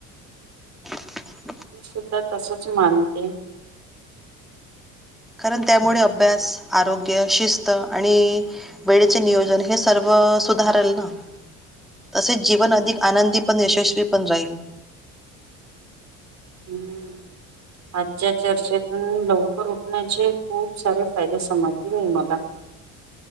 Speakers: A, in the centre; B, on the right.
A: <unintelligible>
B: मी सुद्धा तसच मानते.
A: कारण त्यामुळे अभ्यास, आरोग्य, शिस्त आणि वेळेचे नियोजन हे सर्व. सुधारल ना. तसेच जीवन अधिक आनंदी पण, यशस्वी पण राहील.
B: हम्म <inaudible> आजच्या चर्चेतून लवकर उठण्याचे खूप सारे फायदे समजले बाई मला.